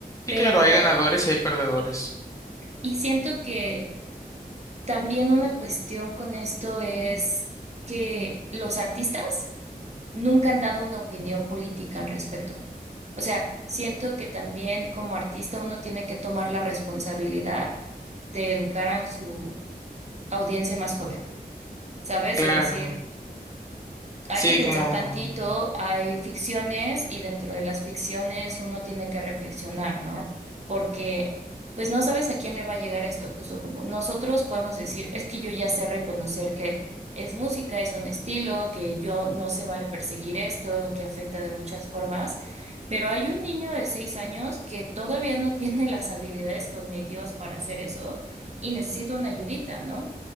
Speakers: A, on the left; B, on the right.
A: Sí,
B: pero,
A: claro, hay ganadores y hay perdedores.
B: y siento que también una cuestión con esto es que los artistas nunca han dado una opinión política al respecto. O sea, siento que también como artista uno tiene que tomar la responsabilidad de educar a su audiencia más joven, ¿sabes?
A: Claro.
B: De decir, hay
A: Sí,
B: que pensar
A: como,
B: tantito, hay ficciones y dentro de las ficciones uno tiene que reflexionar, ¿no? Porque pues no sabes a quién le va a llegar esto, justo como nosotros podemos decir, es que yo ya sé reconocer que es música, es un estilo, que yo no se vale perseguir esto, que afecta de muchas formas, pero hay un niño de seis años que todavía no tiene las habilidades cognitivas para hacer eso y necesita una ayudita, ¿no?